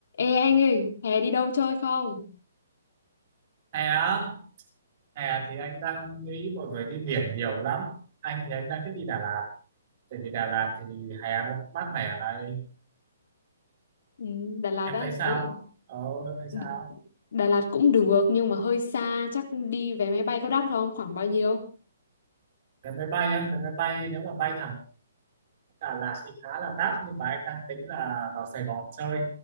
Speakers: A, on the left; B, on the right.
A: Ê anh ơi, hè đi đâu chơi không?
B: hè á hè thì anh đang nghĩ mọi người đi biển nhiều lắm anh thì anh đang thích đi Đà Lạt tại vì Đà Lạt thì hè nó cũng mát mẻ ở này
A: Ừ, Đà Lạt
B: em
A: á,
B: thấy sao
A: ừ,
B: ờ thấy sao
A: D- Đà Lạt cũng được nhưng mà hơi xa, chắc đi vé máy bay có đắt không? Khoảng bao nhiêu?
B: vé máy bay á vé máy bay nếu mà bay thẳng Đà Lạt thì khá là đắt nhưng mà anh đang tính là vào Sài Gòn chơi